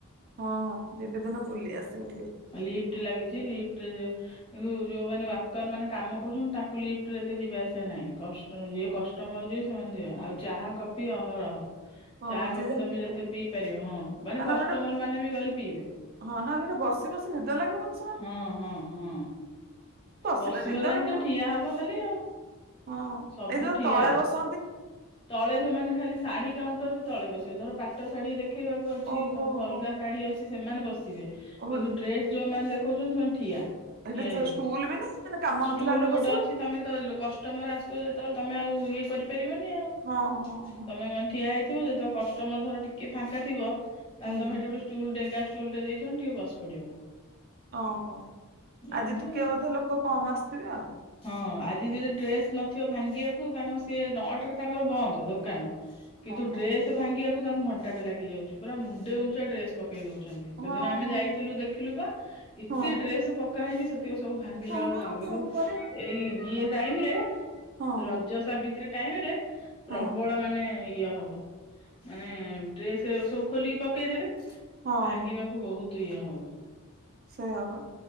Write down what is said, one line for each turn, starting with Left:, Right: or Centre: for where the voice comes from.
Right: ହଁ ଯିବି ଦିନେ ବୁଲି ଆସିବି ଟିକେ।
Left: ଏ ଲିପ୍ଟି ଲାଗିଚି ଲିପ୍ଟିରେ ଯିଏ କିନ୍ତୁ ଯୋଉମାନେ ୱାର୍କର ମାନେ କାମ କରୁଚନ୍ତି ତାଙ୍କୁ ଲିପ୍ଟି ରେ ଏତେ ଯିବା ଆସିବା ନାହିଁ। କଷ୍ଟମର ଯିବେ
Right: ଓହୋ
Left: କଷ୍ଟମର ଯିଏ ସେମାନେ ଯିିବେ ଆଉ ଚାହା କଫି ଅହରହ।
Right: ହଁ
Left: ଚା
Right: ଯିଏ
Left: କଫି
Right: ଯାହା
Left: ତମେ
Right: ପିଇବ
Left: ଯେତେ ପିଇ ପାରିବ ହଁ ମାନେ
Right: ଆଉ ନହେଲେ
Left: କଷ୍ଟମର
Right: ଗୋଟେ
Left: ମାନେ ବି ଗଲେ ପିଇବେ।
Right: ହଁ ନହେଲେ ସେଠି ବସି ବସି ନିଦ ଲାଗିବନି ସେମାନଙ୍କୁ।
Left: ହଁ ହଁ ହଁ।
Right: ବସିଲେ
Left: ବସିବ
Right: ନିଦ
Left: ନାହିଁ
Right: ଲାଗିବନି।
Left: ତ ଠିଆ ହବ ଖାଲି ଆଉ।
Right: ହଁ
Left: ସବୁ
Right: ଏଇ ଯୋଉ
Left: ଠିଆ
Right: ତଳେ ବସ
Left: ତଳେ ସେମାନେ ଖାଲି ଶାଢୀ କାଉଣ୍ଟର ରେ ତଳେ ବସିବେ ଧର ପାଟ ଶାଢୀ ଦେ ଦେଖେଇବାକୁ ଅଛି
Right: ଓହୋ
Left: ତମକୁ ଅଲଗା
Right: ହୋ
Left: ଶାଢୀ ଅଛି ସେମାନେ ବସିବେ କିନ୍ତୁ
Right: ଓହୋ
Left: ଡ୍ରେସ ଯୋଉମାନେ ଦେଖ ଦେଖୋଉଚନ୍ତି ସେମାନେ ଠିଆ
Right: ଏଠି
Left: ଠିଆ
Right: ତ
Left: ହେଇକି
Right: ଷ୍ଟୁଲ ବି ନା ମାନେ କାମ
Left: ଷ୍ଟୁଲ୍
Right: ନଥିଲା ବେଳେ
Left: ଗୋଟେ
Right: ବସିବାକୁ
Left: ଅଛି ତମେ ଦ କଷ୍ ଷ୍ଟମର ଆସଥିବେ ଯେତେବେଳେ ତମେ ଆଉ ଇଏ କରିପାରିବନି ଆଉ।
Right: ହଁ ହଁ ହଁ।
Left: ତମେ ମାନେ ଠିଆ ହେଇଥିବ ଯେତେବେଳେ କଷ୍ଟମର ଧର ଟିକେ ଫାଙ୍କାଥିବ ତାହେଲେ
Right: ହୁଁ
Left: ତମେହେଇଠି ଗୋଟେ ଷ୍ଟୁଲ୍ ଡେଙ୍ଗା ଷ୍ଟୁଲ୍ ଟେ ଦେଇଚନ୍ତି ଟିକେ ବସି ପଡ଼ିବ।
Right: ଅଁ ହଁ ଆଜି
Left: ଏମିତି
Right: ଟିକେ ବୋଧେ ଲୋକ କମ୍ ଆସିଥିବେ ଆଉ?
Left: ହଁ ଆଜି ଯଦି ଡ୍ରେସ୍ ନଥିବ ଭାଙ୍ଗିବାକୁ କାରଣ ସିଏ ନଅଟାରେ ତାଙ୍କର ବନ୍ଦ ଦୋକାନ। କିନ୍ତୁ
Right: ହଁ
Left: ଡ୍ରେସ୍ ଭାଙ୍ଗିବାକୁ ତାଙ୍କୁ ଘଣ୍ଟାଟା ଲାଗିଯାଉଚି ପୁରା ମୁଣ୍ଡେ ଉଞ୍ଚା ଡ୍ରେସ୍ ପକେଇ ଦଉଚନ୍ତି ସେଦିନ
Right: ହଁ
Left: ଆମେ
Right: ହଁ
Left: ଯାଇଥିଲୁ ଦେଖିଲୁ ପା ଏତେ
Right: ହଁ ହଁ
Left: ଡ୍ରେସ୍ ପକା ହେଇଚି ସେ ତିକ ସବୁ ଭାଙ୍ଗିଲା
Right: ହଁ
Left: ବେଳକୁ
Right: ବା
Left: ତାଙ୍କୁ
Right: ଆଉ
Left: କିନ୍ତୁ
Right: କଣ କରିଆ
Left: ଏଇ ଇଏ ଟାଇମ୍ ରେ
Right: ହଁ
Left: ରଜ ସାବିତ୍ରୀ ଟାଇମ୍ ରେ ପ୍ରବଳ
Right: ହଁ
Left: ମାନେ ଇଏ ହବ ମାନେ ଡ୍ରେସ୍ ସବୁ ଖୋଲିକି ପକେଇଦେବେ
Right: ହଁ
Left: ଭାଙ୍ଗିବାକୁ ବହୁତ୍ ଇଏ ହବ।
Right: ସେଇୟା ବା।